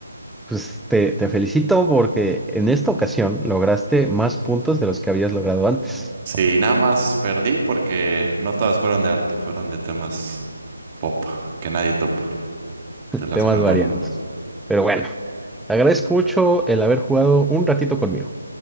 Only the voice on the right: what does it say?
Sí, nada más perdí porque no todas fueron de arte, fueron de temas pop que nadie topa. Te las
perdono.